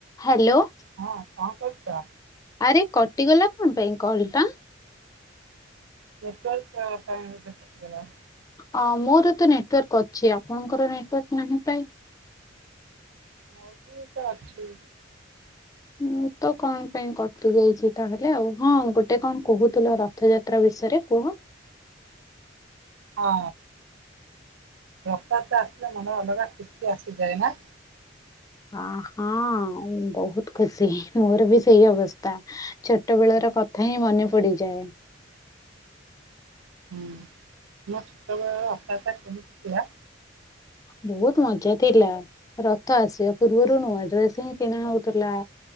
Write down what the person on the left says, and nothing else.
Hello.
ଆରେ କଟିଗଲା କଣ ପାଇଁ କଲ୍ ଟା?
ଅ ମୋର ତ ନେଟୱାର୍କ ଅଛି ଆପଣଙ୍କର ନେଟୱାର୍କ ନାହିଁ ପ୍ରାୟେ
ମୁଁ ତ କଣ ପାଇଁ କଟି ଯାଇଛି ତାହେଲେ ଆଉ ହଁ, ଗୋଟେ କଣ କହୁଥୁଲ ରଥଯା ତ୍ରା ବିଷୟରେ କୁହ।
ଅଁ ହଁ ବହୁତ ଖୁସି ମୋର ବି ସେଇ ଅବସ୍ତା। ଛୋଟ ବେଳ ର କଥା ହିଁ ମନେ ପଡିଯାଏ।
ବହୁତ ମଜା ଥିଲା ରଥ ଆସିବା ପୂର୍ବରୁ ନୂଆ ଡ୍ରେସ ହିଁ କିଣା ହଉଥୁଲା।